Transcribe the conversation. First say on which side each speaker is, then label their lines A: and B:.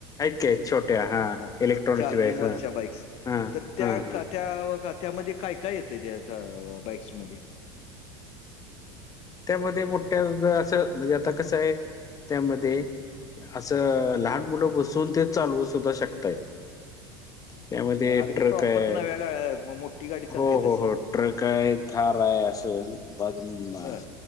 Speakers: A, on the left; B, on the left.
A: की आहेत छोट्या हा
B: <unintelligible>
A: इलेक्ट्रॉनिक्स
B: चार्जिंग
A: बॅग्स
B: वरच्या
A: हा
B: बाईक्स,
A: हा
B: तर त्या
A: हा हा
B: का त्या त्यामध्ये काय काय येतय त्या बाईक्समध्ये
A: त्यामध्ये मोठ्या असं म्हणजे आता कसं आहे त्यामध्ये असं लहान मुलं बसून ते चालवू सुद्धा शकतायत. त्यामध्ये
B: मग अगदी
A: ट्रक
B: प्रॉपर
A: आहे,
B: नव्या गाड्या म- मोठी गाडी चालते
A: हो
B: तशी.
A: हो हो. ट्रेकय ारयासं बदून म
B: बरं.